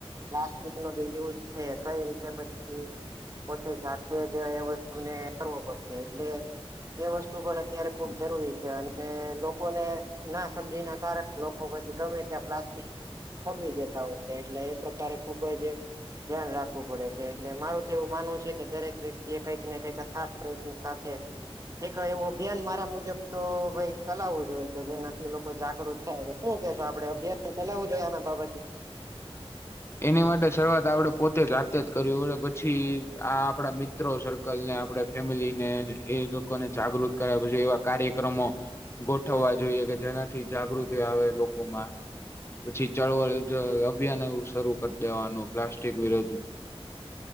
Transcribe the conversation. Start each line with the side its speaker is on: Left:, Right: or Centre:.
Right: પ્લાસ્ટિક નો ર યુઝ છે કઈ રીતે પછી પોતે જાતે જ એ વસ્તુને કરવો પડશે એટલે એ વસ્તુ અત્યારે ખૂબ જરૂરી છે અને લોકોને ના સમજી ના કારણે લોકો પછી ગમે ત્યાં પ્લાસ્ટિક ફગવી દેતા હોય છે એટલે એ પ્રકારે ખુબ જ ધ્યાન રાખવું પડે છે એટલે મારું તો એવું માનવું છે કે દરેક વ્યક્તિ એ કંઈક ને કઈક અથાત પ્રયત્ન સાથે એક એવું અભિયાન મારા મુજબ તો ભાઈ ચલાવવું જોઈએ કે જેનાથી લોકો જાગૃત થાય તો શું કેશો આપડે અભિયાન ચલાવું જોઈએ આના બાબતે
Left: એની માટે શરૂઆત આપડે પોતે જાતે જ કર અને પછી આ આપડા મિત્ર મિત્રો સર્કલ ને આપણે ફેમિલી ને એ લોકોને જાગૃત કર્યા પછી એવા કાર્યક્રમો ગોઠવવા જોઈએ કે જેનાથી જાગૃતિ આવે લોકોમાં પછી ચળવા અભિયાન એવું શરૂ કરી દેવાનું પ્લાસ્ટિક વિરુદ્ધ